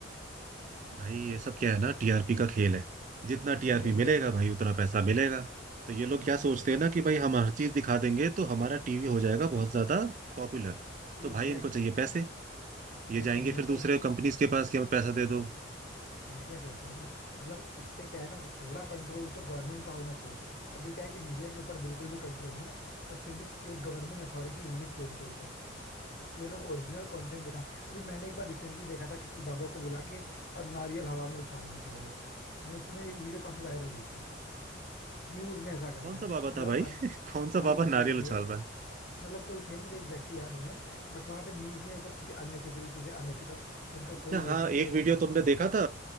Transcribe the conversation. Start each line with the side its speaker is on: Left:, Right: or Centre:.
Right: भाई ये सब क्या है ना टीआरपी का खेल है जितना
Left: हाँ
Right: टीआरपी
Left: एग्जैक्टली
Right: मिलेगा भाई उतना पैसा मिलेगा तो ये लोग क्या सोचते हैं ना कि भाई हम हर चीज दिखा देंगे तो हमारा टीवी हो जाएगा बहुत ज्यादा पॉपुलर
Left: exactly,
Right: तो भाई
Left: एग्जैक्टली
Right: इनको चाहिए
Left: exactly.
Right: पैसे ये
Left: वैसे
Right: जाएंगे
Left: मैं
Right: फिर
Left: क्या
Right: दूसरे कंपनीज के पास कि हमें पैसा दे दो
Left: मैं क्या सोचता हूँ ना मतलब इस पे क्या है ना थोड़ा कंट्रोल तो गवर्नमेंट का होना चाहिए अभी क्या है कि मीडिया के ऊपर बिल्कुल भी कंट्रोल नहीं है बट फिर भी एक गवर्निंग अथॉरिटी होनी चाहिए इनके ऊपर कि ये लोग ओरिजिनल कंटेंट दिखाएं अभी मैंने एक बार रिसेंटली देखा था किसी बाबा को बुला के और नारियल हवा में उछाल रहे थे वो लोग न्यूज में वीडियो काफी वायरल हुई थी न्यूज में ऐसा कर
Right: कौन
Left: रहे हैं
Right: सा बाबा
Left: मतलब
Right: था भाई
Left: अन...
Right: <laughs> कौन
Left: भाई
Right: सा बाबा
Left: वो कोई
Right: नारियल
Left: थे
Right: उछाल रहा है
Left: मतलब कोई थे मुझे एग्जैक्टली exactly याद नहीं है बट वहां पे न्यूज में ये सब चीजें अननेसेसरी चीजें अनएथिकल जिनका
Right: अच्छा
Left: कोई बेस
Right: हाँ
Left: नहीं
Right: एक
Left: है ये
Right: वीडियो
Left: सब चीजें
Right: तुमने
Left: दिखा
Right: देखा
Left: रहे थे
Right: था